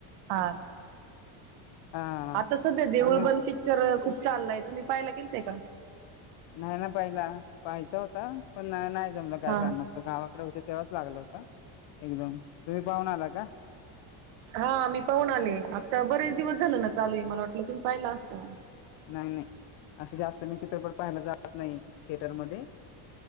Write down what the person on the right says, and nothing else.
हा का
आता सध्या देऊळ
बंद पिक्चर खूप चाललाय,, तुम्ही पाहिला गेल ते का?
हा
हा, मी पाहून आले, आता बरेच दिवस झाले ना चालू आहे, मला वाटलं तुम्ही पाहिला असाऽ